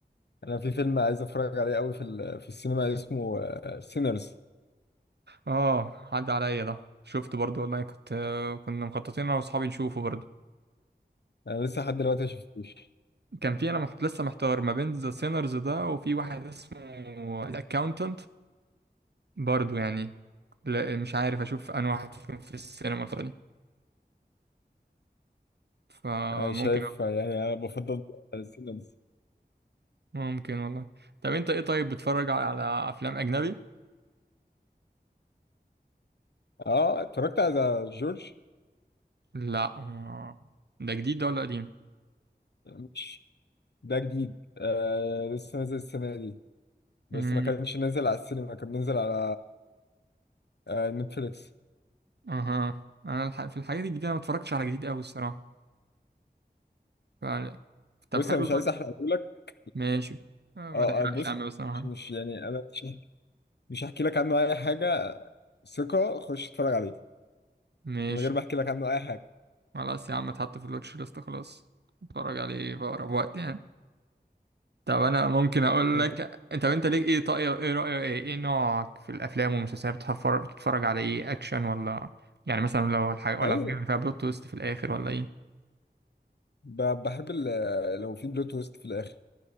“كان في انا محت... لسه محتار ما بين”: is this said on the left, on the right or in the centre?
Right